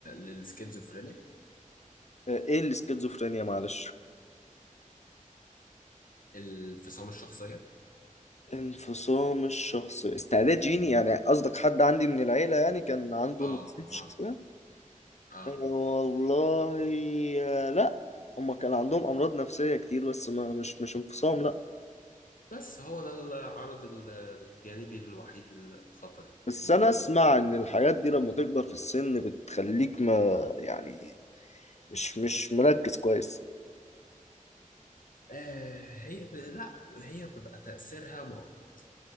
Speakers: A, on the left; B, on the left.
A: للسكيزوفرينيا
B: أه ايه الاسكيزوفرينيا معلش
A: الانفصام الشخصية
B: انفصام الشخص استعداد جيني يعني قصدك حد عندي من العيلة يعني كان عنده انفصام
A: اه
B: في الشخصية
A: اه اه
B: أه والله آه، لا هما كان عندهم امراض نفسية كتير بس ما مش مش انفصام لا
A: بس هو ده العرض ال- الجانبي الوحيد الخطر
B: بس
A: ممكن
B: انا اسمع ان الحاجات دي لما تكبر في السن بتخليك ما يعني مش مش مركز كويس
A: آه هي ب... لا هي بتبقى تأثيرها مؤقت